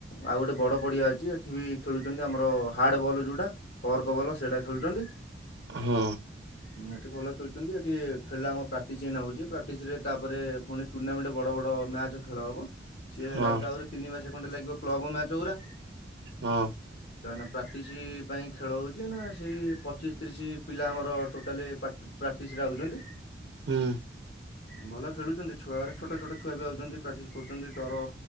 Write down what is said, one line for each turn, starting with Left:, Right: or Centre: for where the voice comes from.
Left: ଆଉ ଗୋଟେ ବଡ଼ ପଡିଆ ଅଛି ଏଠି ବି ଖେଳୁଛନ୍ତି। ଆମର ହାର୍ଡ଼ ବଲ୍ ଯୋଉଟା କର୍କ ବଲ ସେଇଟା ଖେଳୁଛନ୍ତି।
Right: ହଁ।
Left: ହୁଁ, ଏଠି ଭଲ ଖେଳୁଛନ୍ତି। ଏଠି ଖେଳିଲ ଆମ ପ୍ରାକ୍ଟିସ୍ ଏଇନା ହେଉଛି ପ୍ରାକ୍ଟିସରେ ତାପରେ ପୁଣି ଟୁର୍ଣ୍ଣାମେଣ୍ଟରେ ବଡ଼ ବଡ଼ ମ୍ୟାଚ ଚ ଖେଳ ହବ। ସିଏ
Right: ହଁ
Left: ହେଲା ବେଳୁ ତ ଆହୁରି ତିନି ମାସ ଖଣ୍ଡେ ଲାଗିବ କ୍ଲବ ମ୍ୟାଚ ଉରା।
Right: ହଁ।
Left: ତ ଏଇନା ପ୍ରାକ୍ଟିସ୍ ପାଇଁ ଖେଳ ହେଉଛି। ନା ସେଇ ପଚିଶ ତିରିଶ ପିଲା ଆମର ଟୋଟାଲି ପା ପ୍ରାକ୍ଟିସ ରେ ଆଉଛନ୍ତି।
Right: ହୁଁ।
Left: ଭଲ ଖେଳୁଛନ୍ତି! ଛୁଆ ଉରା ଛୋଟ ଛୋଟ ଛୁଆ ବି ଆଉଛନ୍ତି ପ୍ରାକ୍ଟିସ କରୁଛନ୍ତି! ଡର